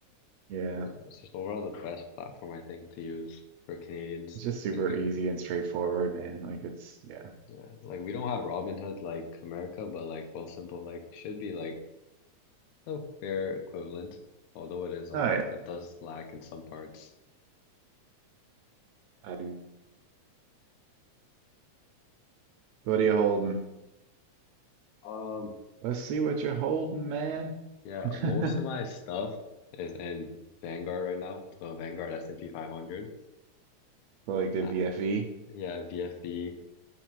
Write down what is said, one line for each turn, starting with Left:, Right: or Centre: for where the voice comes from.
Right: Yeah.
Left: But yeah, it's just overall the best platform I think to use for Canadians
Right: It's just
Left: because
Right: super
Left: we,
Right: easy and straightforward, man. Like it's yeah.
Left: yeah, like we don't have Robinhood like America, but like Wealthsimple like should be like a fair equivalent, although it is like
Right: All right.
Left: it does lack in some parts.
Right: I'm What are you holding?
Left: Um,
Right: Let's see what you're holding, man.
Left: yeah,
Right: <laughs>
Left: most of my stuff is in Vanguard right now, so Vanguard S&P 500.
Right: So like the
Left: Uh,
Right: VFE.
Left: yeah, VFE